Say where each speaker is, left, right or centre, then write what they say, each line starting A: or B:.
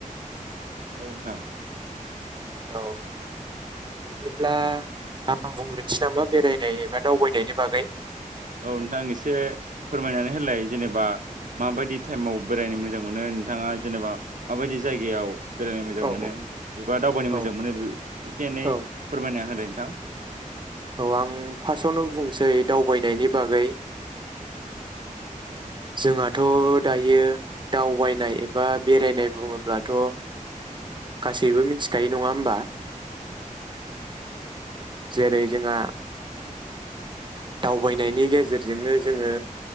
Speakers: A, on the right; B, on the right.
A: गमथां
B: औ बिदिब्ला आं बुंग्रोनोसै नामा बेरायनाय एबा दावबायनायनि बागै
A: औ नोंथां एसे फोरमायनानै होलाय जेनेबा माबायदि टाइमाव बेरायनो मोजां मोनो नोंथाङा जेनेबा माबायदि जायगायाव। बेरायनो मोजां
B: औ
A: मोनो एबा दावबायनो
B: औ
A: मोजां मोनो एसे एनै
B: औ
A: फोरमायना होलाय। ह
B: औ आं फार्स्टआवनो बुंसै द आैनायनि बागै जोंहाथ' दायो दावबायनाय एबा बेरायनाय बुङोब्लाथ'। गासैबो मिथिखायो नङा होमबा?
A: नोंथां
B: जेरै जोंहा दावबायनायनि गेजेरजोंनो जोङो